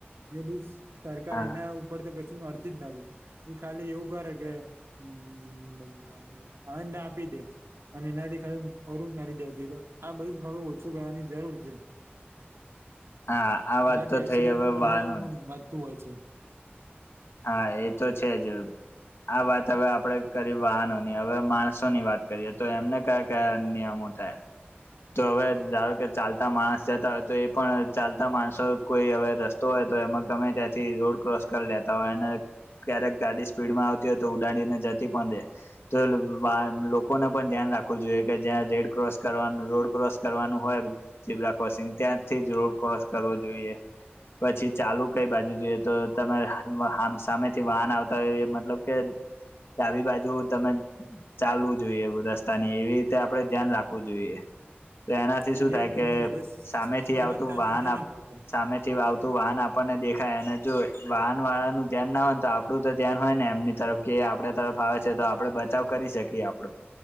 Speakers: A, on the right; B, on the left.
A: અને બધૂ સરકાર
B: હા
A: એના ઉપર તો ક સું કરતી જ નથી એ ખાલી એઉં કરે કેે <unintelligible> ફંડ આપી દે અને એનાથી ખાલી પૂરું કરીદે <unintelligible> આ બધું થોડું ઓછું કરવાની જરૂર છે.
B: હા આ
A: આનાથી
B: વાત તો
A: એક્સિડન
B: થઈ હવે
A: નું પ્રમાણ
B: વાહનોની
A: <unintelligible> વધતું હોય છે
B: હા એ તો છે જ આ વાત હવે આપડે કરી વાહનો ની હવે માણસો ની વાત કરીએ તો એમને કયા કયા નિયમો થે તો હવે ધારો કે ચાલતા માણસ જતા હોય તો એ પણ ચાલતા માણસો કોઈ હવે રસ્ તો એતો એમાં ગમે ત્યાંથી રોડ ક્રોસ કર લેતા હોય અને ક્યારેક ગાડી સ્પીડ માં આવતી હોય તો ઉડાડીને જતી પણ રે તો <unintelligible> લોકોને પણ ધ્યાન રાખવું જોઈએ કે જ્યાં રેડ ક્રોસ કરવાનું રોડ ક્રોસ કરવાનું હોય ઝીબ્રા ક્રોસિંગ ત્યાંથી જ રોડ ક્રોસ કરવો જોઈએ પછી ચાલુ કઈ બાજુ જોઈએ તો તમે હ હામ સામેથી વાહન આવતા હોય એ મતલબ કે ડાબી બાજુ તમે ચાલવું જોઈએ રસ્તા ની એવી રીતે આપડે ધ્યાન રાખવું જોઈએ. તો એનાથી
A: હા
B: શું થાય
A: એજ ને
B: કે
A: પણ બધા
B: સામેથી
A: સમજતા
B: આવતું વાહન
A: નથી
B: આ
A: ને લોકો.
B: સામે થી આવતું વાહન આપણને દેખાય અને જો વાહન વાળાનું ધ્યાન ના હોય તો આપડું તો ધ્યાન હોય ને એમની તરફ કે આપડા તરફ આવે છે તો આપડે બચાવ કરી શકીએ આપડો.